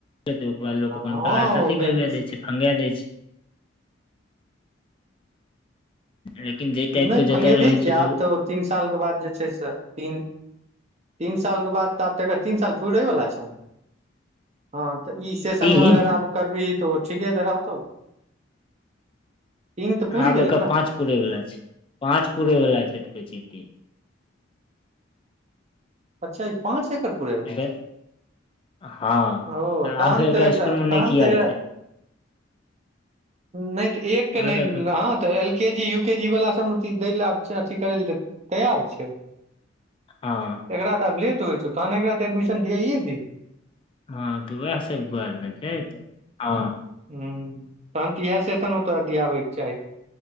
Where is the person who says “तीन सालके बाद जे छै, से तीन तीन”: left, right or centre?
Right